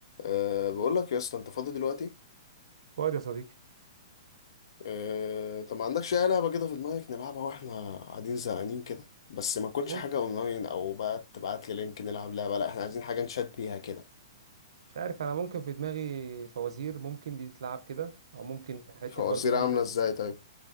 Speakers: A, on the left; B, on the right.
A: أه بقول لك يا اسطى انت فاضي دلوقتي
B: فؤاد يا صديقي
A: أه طب ما عندكش اي لعبه كده في دماغك نلعبها واحنا قاعدين زهقانين كده بس ما تكونش
B: ممكن
A: حاجه اونلاين او بقى تبعت لي لينك نلعب لعبه لا احنا عايزين حاجه نشات بيها كده
B: مش عارف انا ممكن في دماغي فوازير ممكن دي تتلعب كده او ممكن حته
A: فوازير
B: برضو اللي
A: عامله
B: انت
A: ازاي طيب